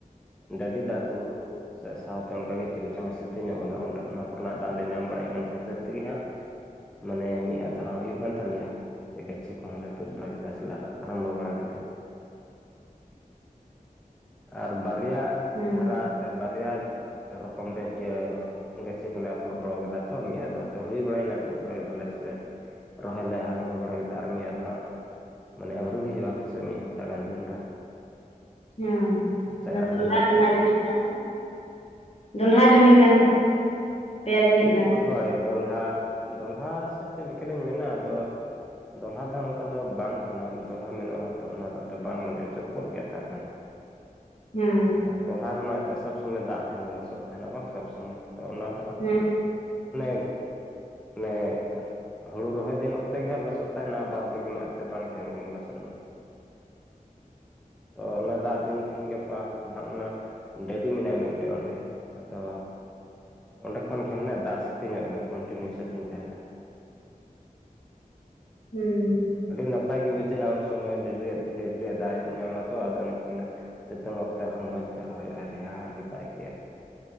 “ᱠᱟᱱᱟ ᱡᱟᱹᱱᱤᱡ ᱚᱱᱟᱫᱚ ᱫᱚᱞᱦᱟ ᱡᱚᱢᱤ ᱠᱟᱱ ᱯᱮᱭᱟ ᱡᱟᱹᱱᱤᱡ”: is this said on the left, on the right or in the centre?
Left